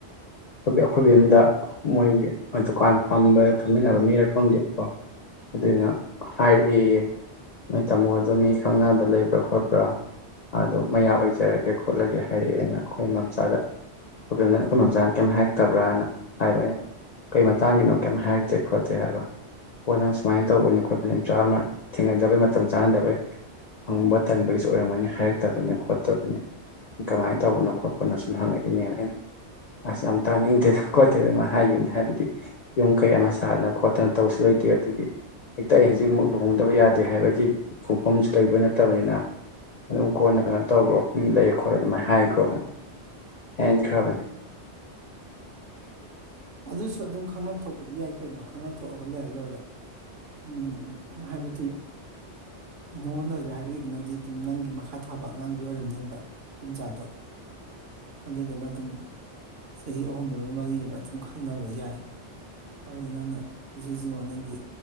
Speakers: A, on the left; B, on the right.
A: <inaudible> ꯈꯣꯏꯕꯤꯝꯗ ꯃꯣꯏꯒꯤ ꯗꯨꯀꯥꯟ ꯐꯝꯕ ꯐꯝꯃꯤꯟꯅꯕ ꯃꯤꯔ ꯈꯪꯗꯦꯕꯀꯣ ꯑꯗꯨꯅ ꯍꯥꯏꯔꯛꯑ ꯅꯣꯏ ꯇꯥꯃꯣꯗꯣ ꯃꯤ ꯈꯪꯅꯕ ꯂꯩꯕ꯭ꯔꯥ ꯈꯣꯠꯄ꯭ꯔꯥ ꯑꯗꯣ ꯃꯌꯥ ꯑꯣꯏꯖꯔꯒꯦ ꯈꯣꯠꯂꯒꯦ ꯍꯥꯏꯔꯛꯑꯦꯅ ꯑꯩꯈꯣꯏ ꯃꯝꯆꯥꯗ ꯈꯣꯏꯕꯂꯦꯝꯖꯅ ꯑꯩꯈꯣꯏ ꯃꯝꯆꯥꯅ ꯀꯩꯝ ꯍꯥꯏꯔꯛꯇꯕ꯭ꯔꯥ ꯍꯥꯏꯅ ꯍꯥꯏꯕ ꯑꯩꯅ ꯀꯩ ꯃꯇꯥꯡꯒꯤꯅꯣ ꯀꯩꯝ ꯍꯥꯏꯔꯛꯇꯦ ꯈꯣꯠꯇꯦ ꯍꯥꯏꯕ ꯍꯣ ꯅꯪ ꯁꯨꯃꯥꯏꯅ ꯇꯧꯕꯅꯤ ꯈꯣꯠꯄꯅꯤ ꯃꯆꯥ ꯑꯃ ꯊꯦꯡꯅꯟꯗꯕꯩ ꯃꯇꯝ ꯆꯥꯅꯗꯕꯩ ꯍꯪꯕ ꯇꯟꯕꯒꯤꯁꯨ ꯑꯣꯏꯔꯝꯒꯅꯤ ꯍꯥꯏꯔꯛꯇꯕꯅꯤ ꯈꯣꯠꯇꯕꯅꯤ ꯀꯃꯥꯏꯅ ꯇꯧꯕꯅꯣ ꯈꯣꯠꯄꯅꯣ ꯁꯨꯝ ꯍꯪꯉꯛꯏꯅꯦꯅ ꯑꯩꯅ ꯑꯁ ꯌꯥꯝ ꯇꯥꯅꯤꯡꯗꯦꯗꯅ ꯈꯣꯠꯇꯦꯗꯅ ꯍꯥꯏꯈꯤꯕꯅꯤ ꯍꯥꯏꯕꯗꯤ ꯌꯨꯝ ꯀꯩ ꯑꯃ ꯁꯥꯗꯅ ꯈꯣꯠꯇꯅ ꯇꯧꯁꯨ ꯂꯩꯇꯦ ꯑꯗꯨꯒꯤ ꯍꯦꯛꯇ ꯑꯩ ꯍꯧꯖꯤꯛꯃꯛꯨꯛ ꯂꯨꯍꯣꯡꯗꯕ ꯌꯥꯗꯦ ꯍꯥꯏꯕꯒꯤ ꯈꯣꯡꯐꯝꯁꯨ ꯂꯩꯕ ꯅꯠꯇꯕꯅꯤꯅ ꯑꯗꯨꯝ ꯀꯣꯟꯅ ꯀꯩꯅꯣ ꯇꯧꯕꯣ ꯃꯤ ꯂꯩ ꯑꯩꯈꯣꯏ ꯑꯗꯨꯃꯥꯏꯅ ꯍꯥꯏꯈ꯭ꯔꯣꯅ ꯍꯦꯟꯈ꯭ꯔꯕꯅꯤ
B: ꯑꯗꯨꯁꯨ ꯑꯗꯨꯝ ꯈꯪꯅ ꯊꯣꯛꯄꯗꯤ ꯌꯥꯏ ꯀꯩꯅꯣ ꯈꯪꯅ ꯊꯣꯛꯑꯒ ꯂꯩꯣꯏꯔ ꯂꯣꯏꯔꯦ ꯎꯝ ꯍꯥꯏꯕꯗꯤ ꯅꯉꯣꯟꯗ ꯍꯧꯖꯤꯛ ꯍꯥꯏꯔꯛꯏꯗꯨꯅꯗꯤ ꯑꯗꯨꯝ ꯅꯪꯒꯤ ꯃꯈꯥ ꯊꯥꯕ ꯑꯉꯥꯡꯗꯤ ꯑꯣꯏꯔꯝꯅꯦꯕ ꯏꯄꯤꯤꯟꯆꯥꯗꯣ ꯑꯗꯨꯗꯨꯅ ꯑꯗꯨꯝ ꯆꯍꯤ ꯑꯍꯨꯝ ꯑꯃ ꯃꯔꯤ ꯑꯃ ꯑꯗꯨꯝ ꯈꯪꯅꯕ ꯌꯥꯏ ꯍꯥꯏꯕꯗꯤ ꯅꯪꯅ ꯍꯧꯖꯤꯛ ꯍꯧꯖꯤꯛꯃꯛꯥꯎ ꯅꯪꯒꯤ